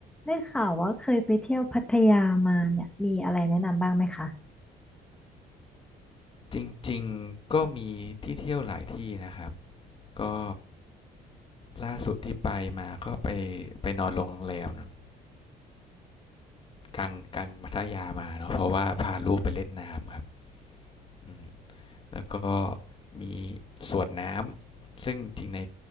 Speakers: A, in the centre; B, on the left.
A: ได้ข่าวว่าเคยไปเที่ยวพัทยามาเนี่ยมีอะไรแนะนำบ้างไหมคะ
B: จริงๆก็มีที่เที่ยวหลายที่นะครับ ก็ล่าสุดที่ไปมาก็ไปไปนอนโรงแรมเนอะกลางกลางพัทยามาเนาะเพราะว่าพาลูกไปเล่นน้ำครับอืมแล้วก็มีสวนน้ำซึ่งจริงใน